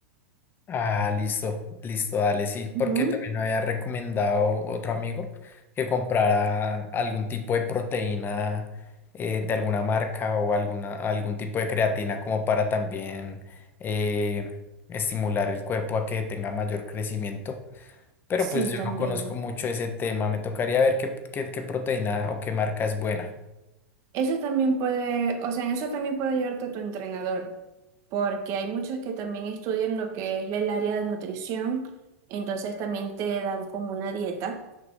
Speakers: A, on the left (about 30°); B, on the right (about 45°).
A: Ah, listo, listo, dale, sí, porque
B: Ujú.
A: también me había recomendado otro amigo que comprara algún tipo de proteína eh, de alguna marca o alguna, algún tipo de creatina como para también eh, estimular el cuerpo a que tenga mayor crecimiento. Pero
B: Sí,
A: pues yo
B: también.
A: no conozco mucho ese tema, me tocaría ver qué, qué, qué proteína o qué marca es buena.
B: Eso también puede, o sea, en eso también puede ayudarte tu entrenador, porque hay muchos que también estudian lo que es el área de nutrición, entonces también te dan como una dieta